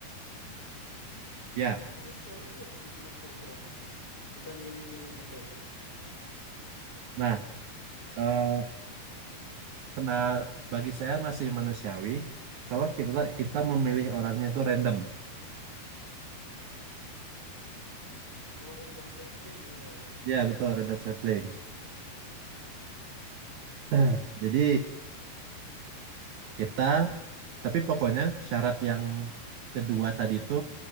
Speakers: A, on the right (about 70°); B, on the left (about 25°).
A: Ya,
B: tapi manusiawi nggak kayak gitu mas kira-kira mas kita milih-milih gitu
A: nah, eh, kena bagi saya masih manusiawi kalau kita kita memilih orangnya itu random.
B: oh random sampling jadinya ya
A: Ya, betul random sampling. Nah, Jadi kita tapi pokoknya syarat yang kedua tadi itu